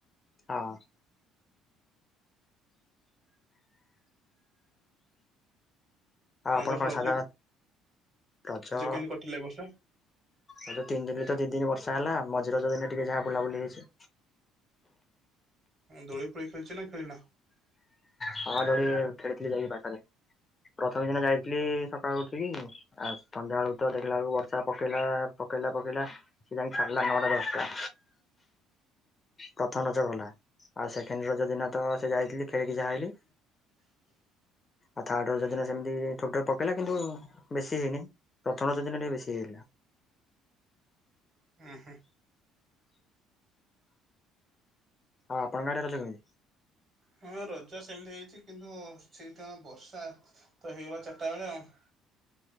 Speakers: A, on the left; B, on the right.
A: ହଁ। ଆଉ
B: ଏ
A: ଆପଣ
B: ବର୍ଷ
A: କଣ
B: ରଜ
A: ସାଧା ରଜ
B: କେମିତି କଟିଲା ଏ ବର୍ଷ?
A: ରଜ ତିନି ଦିନରେ ତ ଦି ଦିନି ବର୍ଷା ହେଲା ମଝି ରଜ ଦିନ ଟିକେ ଯାହା ବୁଲାବୁଲି ହେଇଛି।
B: ଦୋଳି ଫୋଳି ଖେଳଛି ନା ଖେଳି ନ?
A: ହଁ ଦୋଳି ଖେଳିଥିଲି ଯାଇକି ପାଖରେ, ପ୍ରଥମେ ଦିନ ଯାଇଥିଲି ସକାଳୁ ଉଠିକି। ଆଉ ସନ୍ଧ୍ୟାବେଳ ତ ଦେଖିଲା ବେଳକୁ ବର୍ଷା ପକେଇଲା ପକେଇଲା ପକେଇଲା। ଯାଇକୀ ଛାଡ଼ିଲା ନଅ ଟା ଦଶ ଟା ପ୍ରଥମ ରଜ ଗଲା ଆଉ ସେକେଣ୍ଡ ରଜ ଦିନ ତ ସେ ଯାଇଥିଲି ଖେଳିକି ଯାହା ହେ
B: <inaudible>
A: ଆଉ ଥାର୍ଡରଜ ଦିନ ସେମିତି ଠୋର ଠ ପକେଇଲା କିନ୍ତୁ ବେଶୀ ହେଇନି। ପ୍ରଥମ ରାଜ ଦିନ ଟିକେ ବେଶୀ ହେଇଗଲା।
B: ହୁଁ ହୁଁ
A: ଆଉ ଆପଣ ଗାଁରେ ରଜ କେମିତି?
B: ହଁ ରଜ ସେମିତି ହେଇଛି, କିନ୍ତୁ ସେଇତ ବର୍ଷା ତ ହେଇଗଲା ଚାରିଟା ବେଳେ ଆଉ।